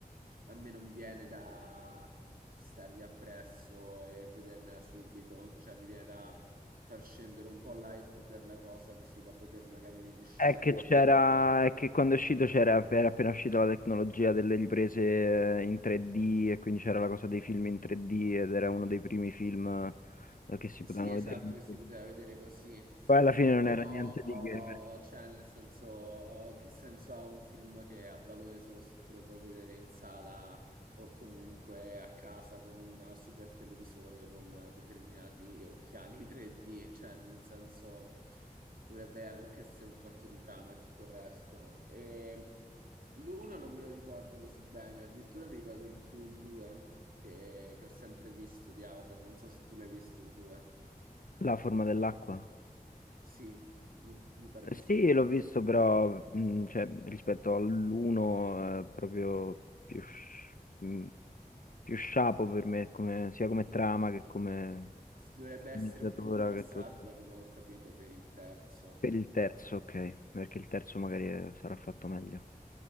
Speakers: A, on the right; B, on the left.
A: a me non viene da stargli appresso e vedermela subito, cioè mi viene da far scendere un po' l'hype per la cosa così da poter magari riuscire
B: È che
A: a vederla
B: c'era, è che quando è uscito c'era, era appena uscita la tecnologia delle riprese eh, in 3D e quindi c'era la cosa dei film in 3D ed era uno dei primi film eh, che si
A: Sì,
B: potevano
A: esatto,
B: vedere in
A: che si
B: 3D.
A: poteva vedere così,
B: Poi alla fine
A: però,
B: non era niente
A: oh,
B: di che perché-
A: cioè, nel senso, che senso ha un film che ha valore solo se te lo puoi vedere in sala o comunque a casa con un super televisore con determinati occhiali <laughs> 3D, cioè, nel senso, dovrebbe anche essere un fatto di trama e tutto il resto. E l'uno non me lo ricordo così bene, addirittura mi ricordo di più il 2 che, che ho sempre visto di Avatar, non so se tu l'hai visto il 2.
B: la forma dell'acqua.
A: Sì, mi, mi pare
B: Eh,
A: di sì.
B: Sì, l'ho visto però mh, cioè, rispetto all'uno è proprio più, sci- mh, più sciapo per me come- sia come trama che come
A: S- Dovrebbe
B: sceneggiatura
A: essere un film di passaggio,
B: che tutto.
A: da quello che ho capito, per il terzo.
B: Per il terzo, ok, perché il terzo magari eh, sarà fatto meglio,